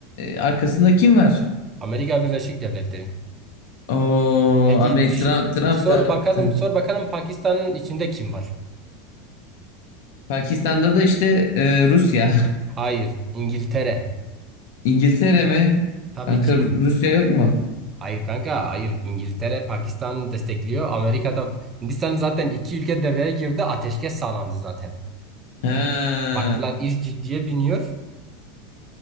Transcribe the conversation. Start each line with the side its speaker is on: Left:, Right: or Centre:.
Left: arkasında kim var?
Right: Amerika Birleşik Devletleri.
Left: O
Right: Peki
Left: Amerika
Right: düşün,
Left: Trump, Trump
Right: sor
Left: zaten.
Right: bakalım sor bakalım Pakistan'ın içinde kim var?
Left: Pakistan'da da işte e, Rusya.
Right: Hayır İngiltere.
Left: <laughs> İngiltere mi?
Right: Tabii
Left: Kanka
Right: ki.
Left: Rusya yok mu?
Right: Hayır kanka hayır İngiltere Pakistan'ı destekliyor. Amerika'da Hindistan zaten iki ülke devreye girdi ateşkes sağlandı zaten.
Left: Ha.
Right: Baktılar iş ciddiye biniyor.